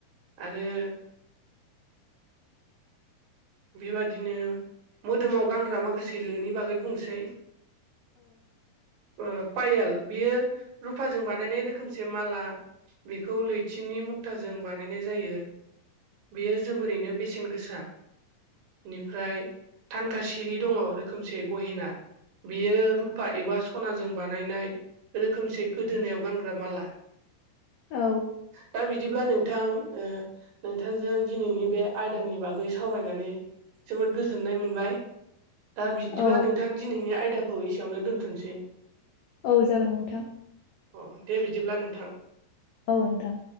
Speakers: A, on the right; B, on the left.
A: आरो बेबादिनो मोदोमाव गानग्रा माखासे लोनि बागै बुंनोसै ओ पायेल बेयो रुफाजों बानायनाय रोखोमसे माला बेखौ लैथिनि मुक्ताजों बानायनाय जायो बेयो जोबोरैनो बेसेन गोसा बेनिफ्राय थानखा सिरि दङ रोखोमसे गहेना बेयो रुफा एबा सनाजों बानायनाय रोखोमसे गोदोनायाव गानग्रा माला
B: औ
A: दा बिदिब्ला नों नोंथां ओ नोंथांजों दिनैनि बे आयदानि बागै सावरायनानै जोबोद गोजोननाय मोनबाय दा बिदिब्ला
B: औ
A: नोंथां दिनैनि आयदाखौ एसेयावनो दोनथ'नोसै
B: औ जागोन नोंथां
A: अ दे बिदिब्ला नोंथां
B: औ नोंथां